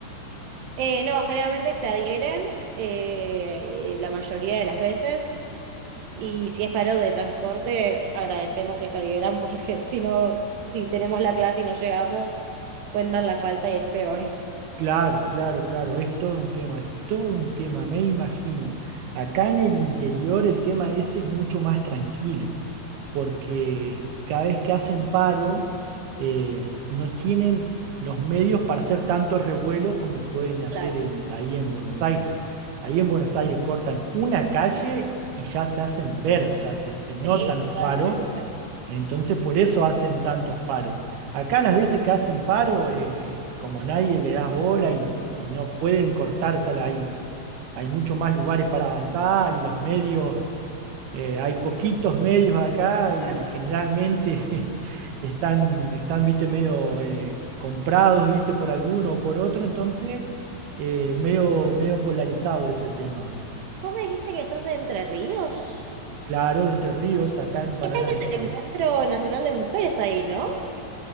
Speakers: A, on the right; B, on the right.
A: Eh, no, generalmente se adhieren eh, la mayoría de las veces y si es paro de transporte, agradecemos que se adhieran porque <laughs> si no, si tenemos la clase y no llegamos, cuentan la falta y es peor.
B: Claro, claro, claro, es todo un tema, es todo un tema, me imagino. Acá en el interior el tema ese es mucho más tranquilo, porque cada vez que hacen paro, eh, no tienen los medios para hacer tanto revuelo como pueden hacer
A: Claro,
B: en- ahí en Buenos Aires. Ahí en Buenos Aires cortan una calle y ya se hacen ver, o sea, se, se
A: sí,
B: notan los
A: totalmente.
B: paros entonces, por eso hacen tantos paros. Acá las veces que hacen paro, eh, como nadie le das bola y, y no pueden cortársela ahí. Hay mucho más lugares para avanzar y los medios, eh, hay poquitos medios acá y
A: Claro.
B: generalmente <laughs> están, están viste, medio eh, comprados, viste, por alguno o por otro. Entonces, eh, medio, medio polarizado ese tema.
A: ¿Vos me dijiste que sos de Entre Ríos?
B: Claro, de Entre Ríos, acá en Paraná
A: Este año es
B: estoy.
A: el Encuentro Nacional de Mujeres ahí, ¿no?